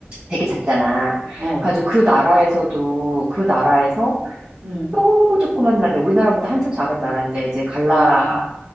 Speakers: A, on the right (about 35°); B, on the right (about 90°).
A: 되게 작잖아.
B: 어,
A: 가지고 그 나라에서도 그 나라에서
B: 응,
A: 너무 조그만 나라인데 우리나라보다 한참 작은 나라인데 이제 갈라
B: 응,